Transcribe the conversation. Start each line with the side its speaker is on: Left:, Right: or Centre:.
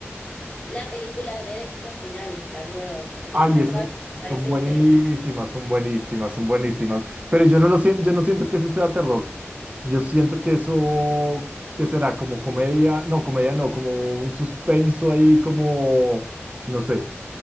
Left: la película de Destino Final, la nueva, que
Right: Ay,
Left: es una
Right: esas
Left: saga que me parece
Right: son buenísimas,
Left: increíble.
Right: son buenísimas, son buenísimas. Pero yo no lo siento, yo no siento que ese sea terror. Yo siento que eso, que será como comedia, no, comedia no, como un suspenso ahí, como, no sé.